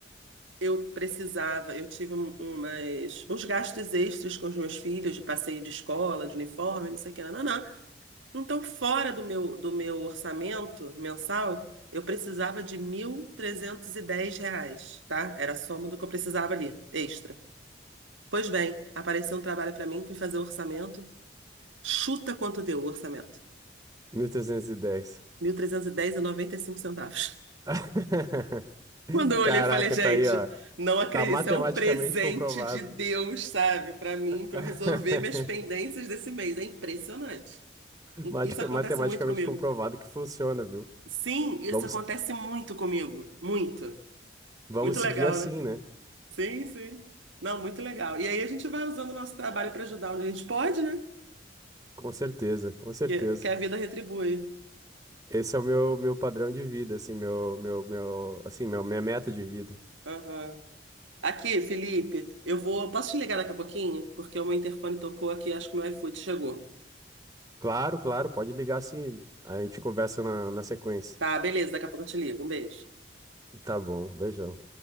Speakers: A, on the right; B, on the right.
A: eu precisava, eu tive um- umas, uns gastos extras com os meus filhos, de passeio de escola, de uniforme, não sei o que, não, não. Então, fora do meu, do meu orçamento mensal, eu precisava de 1.310 reais, tá? Era a soma do que eu precisava ali, extra. Pois bem, apareceu um trabalho para mim, fui fazer o orçamento. Chuta quanto deu o orçamento?
B: 1310.
A: Mil trezentos e e e dez noventa e cinco centavos.
B: <laughs>
A: Quando eu olhei,
B: Caraca,
A: eu falei, gente,
B: tá aí, ó.
A: não acredito,
B: Tá matematicamente
A: isso é um presente
B: comprovado.
A: de Deus, sabe, Pra mim,
B: <laughs>
A: pra eu resolver minhas pendências desse mês. É impressionante.
B: Matica-
A: Isso acontece
B: Matematicamente
A: muito comigo.
B: comprovado que funciona, viu?
A: Sim, isso
B: Vamos,
A: acontece
B: se-
A: muito comigo. Muito.
B: vamos
A: Muito
B: seguir
A: legal,
B: assim,
A: né?
B: né?
A: Sim, sim. Não, muito legal. E aí a gente vai usando o nosso trabalho para ajudar onde a gente pode, né?
B: Com certeza, com certeza.
A: Que, que a vida retribui.
B: Esse é o meu, meu padrão de vida, assim, meu, meu, meu, assim, meu, minha meta de vida.
A: Aham. Aqui, Felipe, eu vou. Posso te ligar daqui a pouquinho? Porque o meu interfone tocou aqui, acho que o meu iFood chegou.
B: Claro, claro, pode ligar assim, a gente conversa na, na sequência.
A: Tá, beleza, daqui a pouco eu te ligo. Um beijo.
B: Tá bom, beijão.